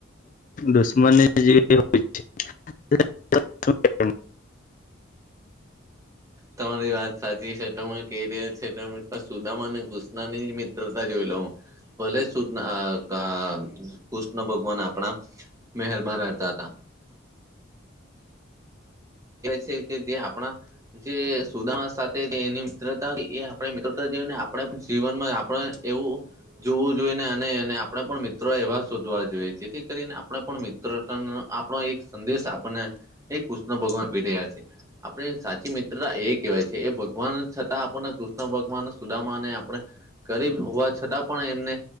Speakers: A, on the left; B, on the right.
A: દુશ્મનની જેવી હોય છે. <inaudible>
B: તમારી વાત સાચી છે તમે કેય રીયા છે તમે સુદામા અને કુશનાની મિત મિત્રતા જોઈ લઉ. ભલે સુ અ અ કૃષ્ણ ભગવાન આપણા મહેલમાં રહેતા હતા. છે કે જે આપણા જે સુદામા સાથે એની મિત્રતા એ આપણે મિત્રતા જેવીને આપણે જીવનમાં આપણે એવું જોવું જોઈને અને આપણે પણ મિત્રો એવા શોધવા જોઈએ જેથી કરીને આપણે પણ મિત્રતા ના આપણો એક સંદેશ આપણને એ કૃષ્ણ ભગવાન આપી રહ્યા છે. આપણી સાચી મિત્રતા એ કહેવાય છે એ ભગવાન છતાં આપણને કૃષ્ણ ભગવાન સુદામાને આપણે ગરીબ હોવા છતાં પણ એમને